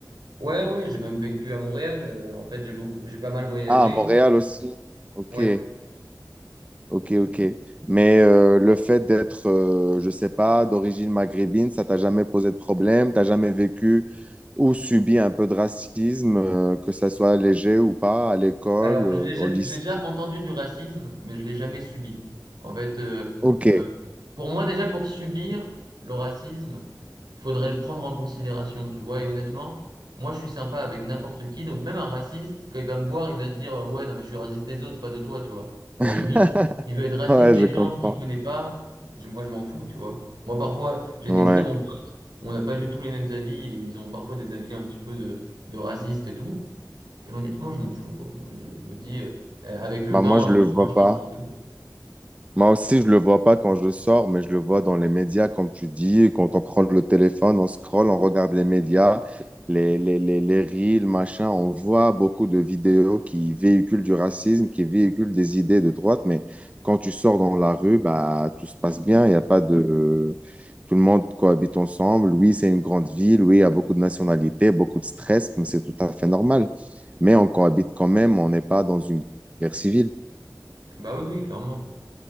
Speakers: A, on the right; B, on the right.
A: Ouais, ouais, j'ai même vécu à Montréal. euh, en fait, j'ai beaucoup, j'ai pas mal voyagé.
B: Ah, à Montréal aussi. Ok,
A: Ouais.
B: ok, ok. Mais euh, le fait d'être, euh, je sais pas, d'origine maghrébine, ça t'a jamais posé de problème? T'as jamais vécu ou subi un peu de racisme, euh, que ça soit léger ou pas, à l'école,
A: Alors,
B: euh,
A: je l'ai ja-
B: au lycée?
A: j'ai déjà entendu du racisme, mais je l'ai jamais subi. En fait, euh,
B: Ok,
A: euh, pour moi, déjà, pour subir le racisme, faudrait le prendre en considération, tu vois. Et honnêtement, moi, je suis sympa avec n'importe qui. Donc, même un raciste, quand il va me voir, il va se dire, euh, ouais, non, mais je suis raciste des autres, pas de toi, tu vois. Et
B: <laughs>
A: à la limite, il veut être raciste
B: ouais,
A: des
B: je comprends.
A: gens qu'il connaît pas. je- Moi, je m'en fous, tu vois. Moi, parfois, j'ai
B: Ouais.
A: des très bons potes, on n'a pas du tout les mêmes avis, et ils ont parfois des avis un petit peu de, de racistes et tout. Et honnêtement, je m'en fous, quoi. Moi, je, je me dis, euh, euh, avec le
B: Bah,
A: temps,
B: moi, je
A: euh,
B: le
A: il
B: Parce que vois
A: changera
B: pas.
A: s'il veut.
B: Moi aussi, je le vois pas quand je sors, mais je le vois dans les médias, comme tu dis. Et Quand on prend le téléphone, on scrolle, on regarde les médias, les, les, les, les reels, machin. On voit beaucoup de vidéos qui véhiculent du racisme, qui véhiculent des idées de droite. Mais quand tu sors dans la rue, bah, tout se passe bien. Il y a pas de. Tout le monde cohabite ensemble. Oui, c'est une grande ville. Oui, il y a beaucoup de nationalités, beaucoup de stress, mais c'est tout à fait normal. Mais on cohabite quand même. On n'est pas dans une guerre civile.
A: Bah oui, oui, clairement.